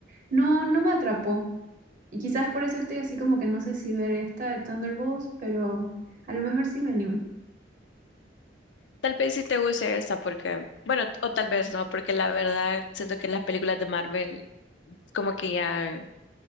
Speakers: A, on the right (about 45°); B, on the left (about 75°).
A: no, no me atrapó. Y quizás por eso estoy así como que no sé si ver esta de Thunderbolts, pero a lo mejor sí me anime.
B: Tal vez sí te guste esa porque, bueno, t- o tal vez no, porque la verdad siento que las películas de Marvel como que ya,